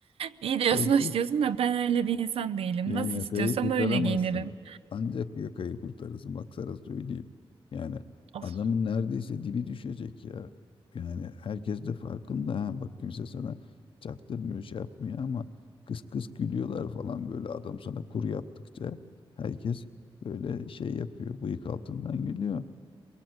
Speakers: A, on the right; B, on the left.
A: iyi diyorsun
B: <laughs> Yoksa
A: hoş diyorsun da ben öyle bir insan değilim.
B: yani
A: Nasıl
B: yakayı
A: istiyorsam
B: kurtaramazsın.
A: öyle giyinirim.
B: Ancak yakayı kurtarırsın. Bak sana söyleyeyim. Yani
A: Of.
B: adamın neredeyse dibi düşecek ya. Yani herkes de farkında ha. Bak kimse sana çaktırmıyor, şey yapmıyor ama kıs kıs gülüyorlar falan böyle adam sana kuru yaptıkça herkes böyle şey yapıyor. Bıyık altından gülüyor.